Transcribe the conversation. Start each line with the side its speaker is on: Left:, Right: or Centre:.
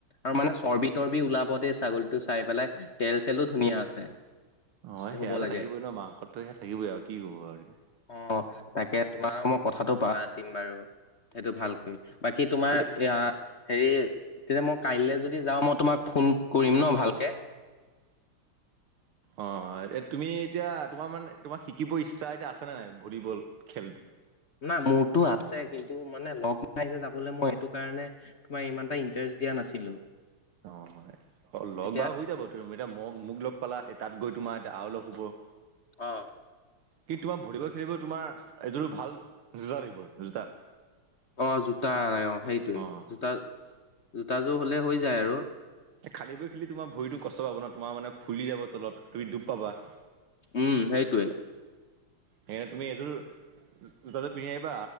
Left: আৰু মানে চৰ্বি-তৰ্বি ওলাব দেই ছাগলীটো চাই পেলাই তেল চলো ধুনীয়া আছে।
Right: অ' সেয়াতো
Left: হ'ব লাগে
Right: থাকিবই ন, মাংসতটো সেয়া থাকিবই আৰু কি কব আৰু।
Left: অ তাকে তোমাৰ মই কথাাতটো পাতিম বাৰু সেইটো ভালকৈ বাকী তোমাৰ
Right: এতিয়া
Left: এয়া। হেৰি তেতিয়া মই কাইলৈ যদি যাওঁ মই তোমাক ফোন কৰিম ন ভালকে।
Right: অ এ তুমি এতিয়া তোমাৰ মানে তোমাক শিকিব ইচ্ছা এতিয়া আছ নে নাই ভলীবল খেলটো।
Left: নাই মোৰতটো আছে কিন্তু মানে লগ নাই যে যাবলৈ মই সেইটো কাৰণে তোমাৰ ইমানটা ইন্ৰেষ্ট। দিয়া নাছিলো।
Right: অ হয় লগ
Left: এতিয়া
Right: বাৰ হৈ যাব তুম এতিয়া ম। মোক লগ পালা তাত গৈ তোমাৰ এতিয়া আৰু লগ হুব।
Left: আহ।
Right: কিন্তু তোমাক ভৰিব খেলিব তোমাৰ এইযোৰ ভাল যোজা লাগিব জোতা।
Left: অ জোতা অ সেইটোৱে
Right: অ।
Left: জোতা জোতাযোৰ হ'লে হৈ যায় আৰু।
Right: খাল বৈ খেলি তোমাৰ ভৰিতো কষ্ট পাব ন তোমাৰ মানে ফুলি যাব তলত তুমি ডব পাবা।
Left: উম সেইটোৱে।
Right: সেইকাৰে তুমি এযোৰ। ল পিন্ধিবা